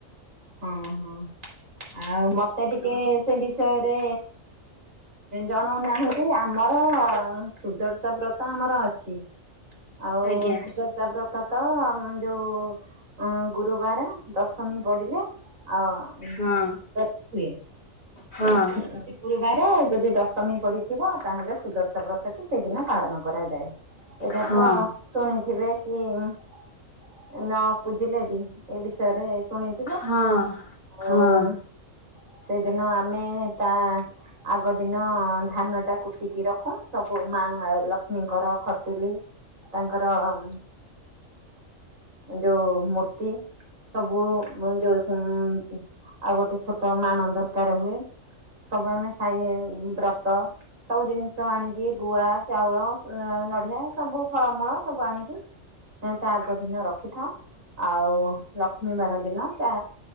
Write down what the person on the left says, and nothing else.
ଆଜ୍ଞା
ହଁ
ହଁ
ହଁ
ହଁ।